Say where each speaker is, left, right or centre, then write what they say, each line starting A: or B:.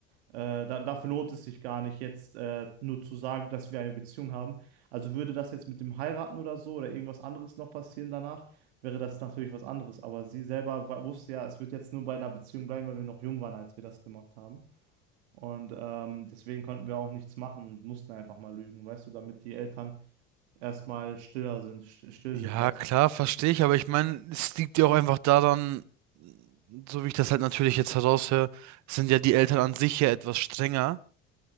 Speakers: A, on the right (about 75°); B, on the right (about 55°).
A: äh, da, dafür lohnt es sich gar nicht, jetzt äh, nur zu sagen, dass wir eine Beziehung haben. Also würde das jetzt mit dem Heiraten oder so oder irgendwas anderes noch passieren danach, wäre das natürlich was anderes. Aber sie selber wa- wusste ja, es wird jetzt nur bei einer Beziehung bleiben, weil wir noch jung waren, als wir das gemacht haben. Und ähm, deswegen konnten wir auch nichts machen und mussten einfach mal lügen, weißt du, damit die Eltern erstmal stiller sind, st- still
B: Ja,
A: sind, weißt
B: klar,
A: du.
B: verstehe ich, aber ich meine, es liegt ja auch einfach daran, so wie ich das halt natürlich jetzt heraushöre, sind ja die Eltern an sich ja etwas strenger,